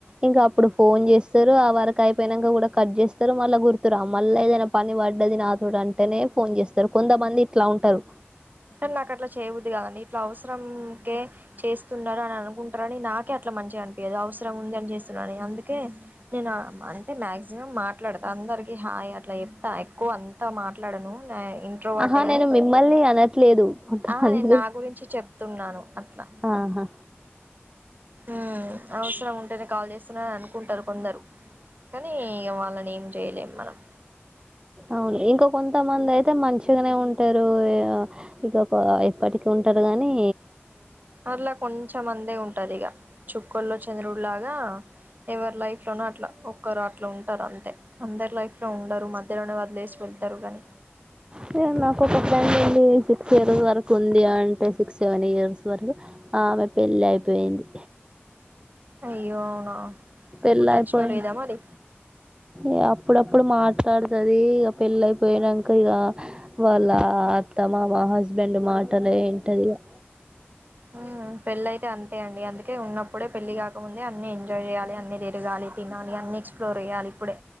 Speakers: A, on the right; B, on the right.
A: ఇంకా అప్పుడు ఫోన్ చేస్తారు ఆ వరకు అయిపోయినాక కూడా కట్ చేస్తారు మళ్ళా గుర్ రా మళ్ళా ఏదైనా పని పడ్డది నాతోడి అంటేనే ఫోన్ చేస్తారు కొంతమంది ఇట్లా ఉంటారు
B: కని నాకు అట్లా చేయబుద్ధి కదండి ఇట్లా అవసరంకే చేస్తున్నారు అని అనుకుంటారని నాకే అట్లా మంచిగా అనిపియదు అవసరం ఉంది అని చేస్తున్నాని అందుకే నేను అంటే మాక్సిమం మాట్లాడతా అ దరికి హాయ్ అట్లా చెప్తా ఎక్కువ అంతా మాట్లాడను ఇంట్రోవర్ట్యే
A: ఆహా
B: కాని
A: నేను మిమ్మల్ని అనట్లేదు కొంతమంది
B: ఆ నేను
A: గురి
B: నా గురించి చెప్తున్నాను అట్లా
A: ఆహా
B: ఉమ్ అవసరం ఉంటేనే కాల్ చేస్తున్నాని అనుకుంటారు కొందరు కానీ ఈ వాళ్ళని ఏం చేయలేం మనం
A: అవును ఇంకో కొంత మంది అయితే అయితే మంచిగానే ఉంటారు ఇక ఇప్పటికి ఉంటారు గానీ
B: అట్లా కొంచెం మందే ఉంటదిగా చుక్కల్లో చంద్రుడు లాగా ఎవరు లైఫ్ లోన అట్లా ఒక్కరు అట్లా ఉంటారు అంతే అందరు లైఫ్ లో ఉండరు మధ్యలోనే వదిలేసి వెళ్తారు గని
A: తే నాకు ఒక ఫ్రెండుండి సిక్స్ ఇయర్స్ వరకు ఉంది అంటే సిక్స్ సెవెన్ ఇయర్స్ వరకు ఆమె పెళ్ళి అయిపోయింది
B: అయ్యో అవునా
A: పెళ్ళ
B: ఇప్పుడు టచ్
A: అయిపోయిను
B: లో లేదా మరి
A: ఏ అప్పుడప్పుడు మార్చ మాట్లాడుతది ఇగ పెళ్ళ అయిపోయినంక ఇగా వాళ్ళ అత్త మామ హస్ బ్యాండు మాటలే ఏంటది గూడ
B: ఉ పెళ్ళ అయితే అంతే అండి అందుకే ఉన్నప్పుడే పెళ్లి కాకముందే అన్ని ఎంజాయ్ చేయాలి అన్ని తిరగాలి తినాలి అన్ని ఎక్స్ప్లోర్ ఎయలి ఇప్పుడే